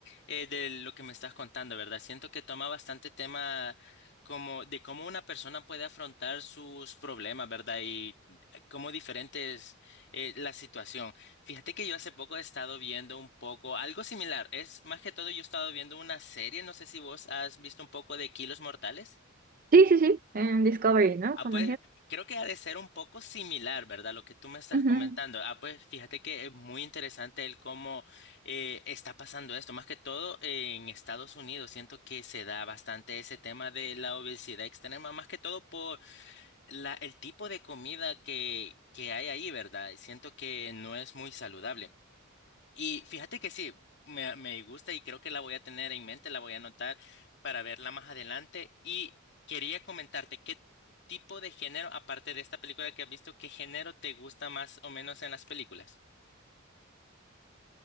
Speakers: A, on the left (about 55°); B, on the right (about 40°).
A: eh, de lo que me estás contando, ¿verdad? Siento que toma bastante tema como de cómo una persona puede afrontar sus problemas, ¿verdad? Y eh, cómo diferente es eh, la situación. Fíjate que yo hace poco he estado viendo un poco algo similar. Es más que todo yo he estado viendo una serie. No sé si vos has visto un poco de Kilos Mortales.
B: Sí, sí, sí, en Discovery, ¿no?
A: Ah,
B: Con
A: pues creo que ha de ser un poco similar, ¿verdad? Lo que tú me estás
B: Ujú.
A: comentando. Ah, pues fíjate que es muy interesante el cómo eh, está pasando esto. Más que todo eh, en Estados Unidos, siento que se da bastante ese tema de la obesidad extrema, más que todo por la, el tipo de comida que, que hay ahí, ¿verdad? Siento que no es muy saludable. Y fíjate que sí, me, me gusta y creo que la voy a tener en mente, la voy a anotar para verla más adelante. Y quería comentarte, ¿qué tipo de género, aparte de esta película que has visto, qué género te gusta más o menos en las películas?